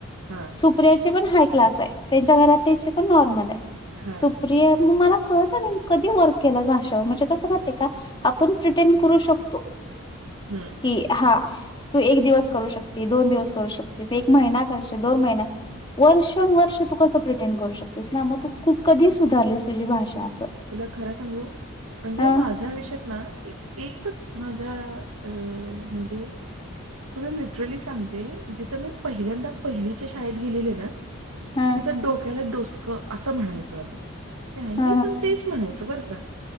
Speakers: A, on the right (about 80°); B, on the left (about 20°).
A: हा.
B: सुप्रियाची पण हाय क्लास आहे, त्यांच्या घरातल्याची पण नॉर्मल आहे,
A: हां,
B: सुप्रिया मग मला क नाही कधी वर्क केला भाषेवर म्हणजे कसं माह का आपण प्रिटेन करू शकतो.
A: हम्म.
B: कि हा तू एक दिवस करू शकते, दोन दिवस करू शकतेस, एक महिना करश, दोन महिन वर्ष वर्ष तू कसं प्रेटेंड करू शकतेस ना मग तूू कधी सुधारलीस तुझी भाषा असं.
A: तुला खरं सांगू म्हणजे
B: ह
A: माझ्या आयुष्यात ना एक एकच माझ्या अ म्हणजे, तुला लिटरली सांगते जिथं मी पहिल्यांदा पहिलीच्या शाळेत गेलेले ना.
B: ह
A: तिथं डोक्याला डोसकं असं म्हणायचो आम्ही मी
B: ह
A: पण म्हणायच बर का,